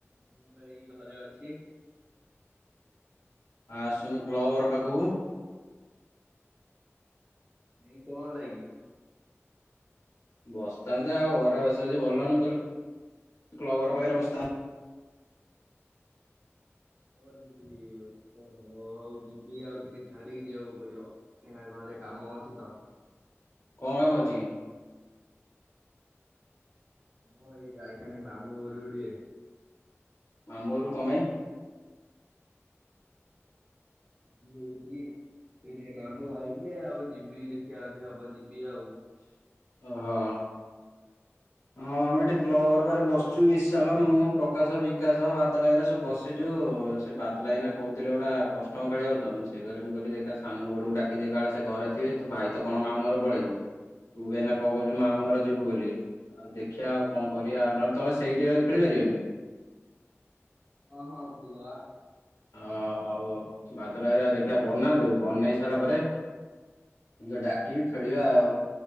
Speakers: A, on the right; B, on the left.
A: ମୁଁ ଏଇ ଘରେ ଅଛି।
B: ଆ ଆସୁନୁ କ୍ଲବ ଘର ପାଖକୁ
A: ନାଇ କଣ ହେଲାକି?
B: ବସିଥାନ୍ତେ ଆଉ ଘରେ ବସ ଯିଏ କ୍ଲବ ଘର ପାଖରେ ବସିଥାନ୍ତେ।
A: ହ ଯଦି ଓହୋ ହଉ ଯିବି ଆଉ ଟିକେ ଛାଡିକି ଯିବାକୁ ପଡିବ କାହିଁକିନା ଘରେ କାମ ଅଛି ତ?
B: କଣ କାମ ଅଛି କି?
A: ମୁଁ ଏଇ ଯାଇଥାନ୍ତିି ମାମୁଁ ଘରୁକୁ ଟିକେ
B: ମାମୁଁ ଘରକୁ କଁ ପାଈଁ?
A: ଇଏ ହୋଉଚି ଏଇଠି ଏଇ ମାମୁଁ ଆଇଥିଲେ ଆଉ ଯିବି ଦେଖିବା ଯଦି ହବ ଯିବି ଆଉ
B: ଅ ହ। ହଁ ଆମେ ଏଠି କ୍ଲବ ଘର ପାଖରେ ବସିଛୁ ବିଶାଲ ମୁଁ ପ୍ରକାଶ ବିକାଶ ବାଦଲ ହେରିକ ଘାରିକା ସବୁ ବସିଛୁ। ସେ ବାଦଲ୍ ଭାଇ ଏଇନା କହୁଥିଲେ ଗୋଟା କଷ୍ଟମ ଖେଳିଆକୁ ତ ମୁ ସେଇ କଥା ମୁଁ କହିଲି ଏକା ସାନ ବଡ କୁ ଡାକିଦିଏ କାଳେ ସେ ଘରେଥିବେ। ତୋ ଭାଇ ତ କଣ ମାମୁଁ ଘର ପଳେଇଛି ତୁ ବି ଏଇନା କଅଁ କହୁଛୁ ମାମୁଁ ଘର ଯିବୁ ବୋଲି। ଆଉ ଦେଖିବା ଆଉ କଅଁ କରିଆ ଆଉ ନହେଲେ ତମେ ସେଇଠି ରହିକି ଖେଳିପାରିବନି।
A: ହଁ ହଁ ଖେଲଦବା।
B: ଓ ହଉ ହଉ ବାଦଲ ଭାଇ ଘରିକା ଦେଖିବା ବନାନ୍ତୁ ବନେଇ ସାଇଲା ପରେ ମୁଁ ତାକୁ ଡାକିକି ଖେଳିଆ ଆଉ